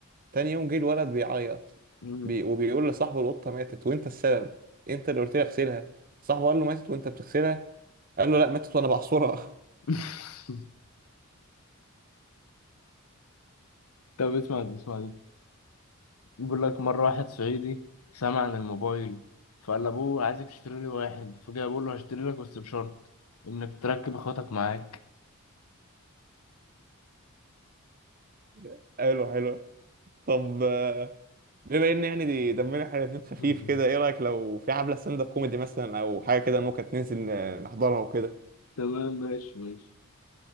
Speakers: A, on the right (about 40°); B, on the left (about 85°).
A: تاني يوم جه الولد بيعيط
B: مم.
A: بي... وبيقول لصاحبه القطة ماتت وأنت السبب أنت اللي قلت لي أغسلها صاحبه قال له ماتت وأنت بتغسلها قال له لا ماتت وأنا بعصرها
B: <laughs> طب اسمع دي اسمع دي بيقول لك مرة واحد صعيدي سمع عن الموبايل فقال لأبوه عايزك تشتري لي واحد فجاء بيقول له هشتري لك بس بشرط إنك تركب إخواتك معاك
A: <laughs> قال له حلو طب آه، بما ان يعني دي دمنا احنا الاتنين خفيف
B: <laughs>
A: كده ايه رايك لو في حفله ستاند اب كوميدي مثلا او حاجه كده ممكن ننزل ن- نحضرها وكده
B: تمام ماشي ماشي